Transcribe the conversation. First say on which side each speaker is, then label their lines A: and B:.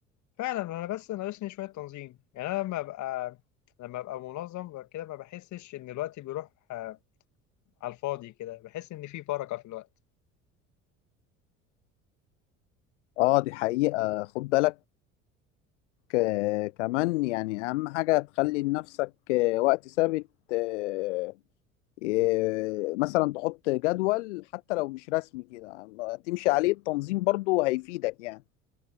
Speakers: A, on the left; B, on the left.
A: فعلا انا بس ناقصني شوية تنظيم يعني انا لما ابقى لما ابقى منظم كده ما بحسش ان الوقت بيروح آه، على الفاضي كده بحس ان في بركة في الوقت
B: اه دي حقيقة خد بالك آه، كمان يعني أهم حاجة تخلي لنفسك آه، وقت ثابت آه، آه، مثلا تحط جدول حتى لو مش رسمي كده تمشي عليه التنظيم برضو هيفيدك يعني